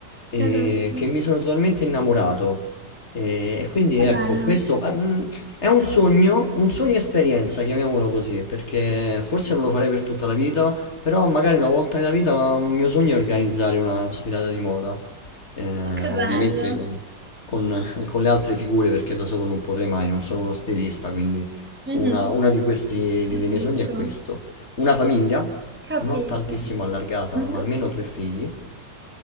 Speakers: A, on the left (about 60°); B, in the centre.
A: e
B: esatto.
A: che mi sono totalmente innamorato. E, e quindi
B: Che
A: ecco,
B: bello.
A: questo eh, mm, è un sogno, un sogno esperienza, chiamiamolo così, perché forse non lo farei per tutta la vita, però magari una volta nella vita un mio sogno è organizzare una sfilata di moda, eh,
B: Ma che
A: ovviamente
B: bello.
A: con, con- <laughs> con le altre figure perché da solo non potrei mai, non sono uno stilista, quindi
B: Mhm,
A: una, una di questi, dei,
B: Capisco.
A: dei miei sogni è questo. Una famiglia,
B: Capito.
A: non tantissimo allargata,
B: Mhm,
A: ma almeno tre figli